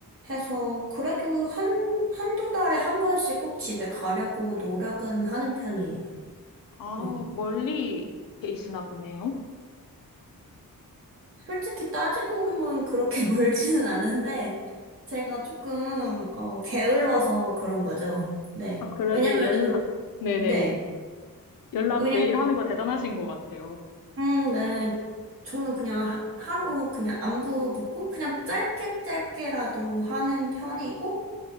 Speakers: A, on the right; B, on the left.
A: 해서, 그래도 한, 한두 달에 한 번씩 꼭 집에 가려고 노력은 하는 편이에요.
B: 아,
A: 네.
B: 멀리 계시나 보네요.
A: 솔직히 따지고 보면 그렇게 <laughs> 멀지는 않은데, 제가 조금, 어, 게을러서 그런 거죠. 네.
B: 아, 그래도
A: 왜냐면은,
B: 연락, 네네.
A: 네.
B: 연락
A: 왜냐면,
B: 매일 하는 거 대단하신 것 같아요.
A: 음, 네. 저는 그냥 하- 하루 그냥 안부 묻고, 그냥 짧게 짧게라도 하는 편이고,